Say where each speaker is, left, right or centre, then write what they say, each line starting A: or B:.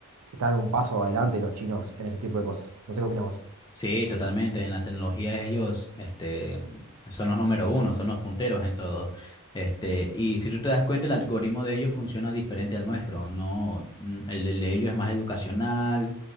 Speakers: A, on the right; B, on the left.
A: están un paso adelante los chinos en ese tipo de cosas. No sé qué opinas vos.
B: Sí, totalmente. En la tecnología ellos, este, son los número uno, son los punteros en todo. Este, y si tú te das cuenta, el algoritmo de ellos funciona diferente al nuestro. No, n- el del de ellos es más educacional,